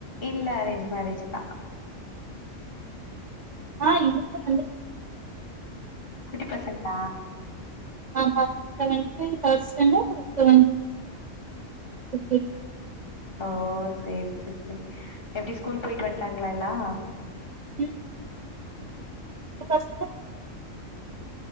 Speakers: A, on the left; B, on the right.
A: இல்ல அரேஞ்ச் மேரேஜ் தா
B: ஆஹ் எனக்கு ரெண்டு ப
A: குட்டி பசங்களா
B: ஆமா த்த வந்து தேட் ஸ்டாண்டர்ட் ஒருத்த வந்து யூ கே ஜி
A: ஓ சேரி சேர் சேரி எப்டி ஸ்கூல் போயிட் வந்ட்டாங்களா எல்லா
B: உம்
A: உம்
B: பசங்க